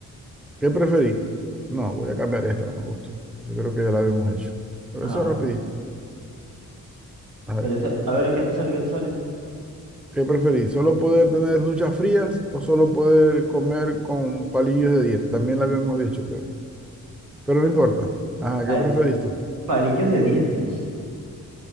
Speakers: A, in the centre; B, on the right.
A: ¿Qué preferí? No, voy a cambiar esta, no me gustó. Yo creo que ya la habíamos hecho. Pero
B: Ajá.
A: eso es rapidito. A ver,
B: ¿Qué te sa- A ver, ¿qué te sale? ¿Qué te sale?
A: ¿qué preferí? ¿Solo poder tener duchas frías o solo poder comer con palillos de dieta? También la habíamos dicho, creo. Pero no importa. Ajá,
B: Al-
A: ¿qué preferís tú?
B: palillos de dientes.